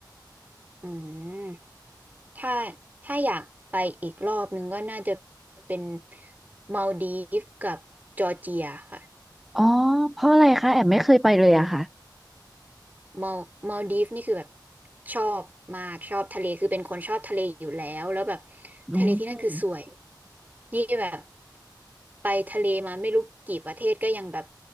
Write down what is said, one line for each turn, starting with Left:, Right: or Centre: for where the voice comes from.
Right: อืมถ้าถ้าอยากไปอีกรอบหนึ่งก็น่าจะเป็นมัลดีฟกับจอร์เจียค่ะ
Centre: อ๋อเพราะอะไรคะแอมไม่เคยไปเลยอะค่ะ
Right: มัลมัลดีฟนี่คือแบบชอบมากชอบทะเลคือเป็นคนชอบทะเลอยู่แล้วแล้วแบบ
Centre: อืม
Right: ทะเลที่นั่นคือสวยนี่แบบไปทะเลมาไม่รู้กี่ประเทศก็ยังแบบ